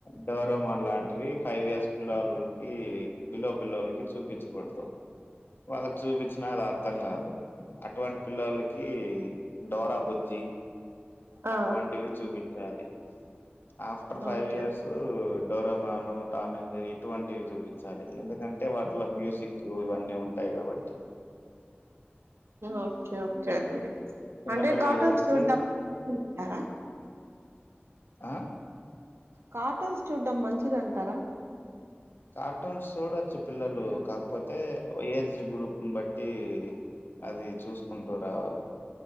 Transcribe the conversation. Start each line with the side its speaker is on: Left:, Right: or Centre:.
Left: డోరమాన్ లాంటివి ఫైవ్ ఇయర్స్ పిల్లలకి బిలో పిల్లలకి చూపించు వెర్థం వాళ్ళకి చూపించినా అది అర్థం కాదు అటువంటి పిల్లలకి డోరా బుజ్జి
Right: ఆ
Left: అటువంటివి చూపించాలి after five
Right: okay
Left: years Doraemon Tom and Jerry ఇటువంటివి చూపించ చాల ఎందుకంటే వాటిలో మ్యూజిక్ ఇవన్నీ ఉంటాయి కాబట్టి
Right: ఓకే ఓకే
Left: చిన్న
Right: అంటే
Left: పిల్లలకి
Right: కాటూన్
Left: వచ్చి
Right: చూడ్ చూడతారా
Left: ఆ
Right: కార్టూన్స్ చూడ్డం మంచిది అంటారా
Left: కార్టూన్స్ సూడొచ్చు. పిల్లలు కాకపోతే, ఏజ్ గ్రూప్ని బట్టి అది చూసుకుంటూ రావాలి.